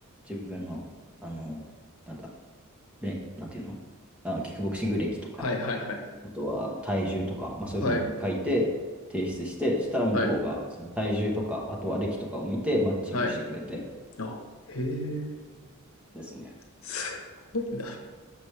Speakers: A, in the centre; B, on the left.
A: 自分の、あの、なんだろう、ね、なんていうの、あ、キックボクシング歴とか、
B: はいはいはい。
A: あとは体重とか、まあそういうものを書いて、
B: はい、
A: 提出して、したら向こうが、
B: はい、
A: その体重とか、あとは歴とかを見て、マッチングしてくれて
B: はい。あ、へえ、
A: ですね。
B: すごいな。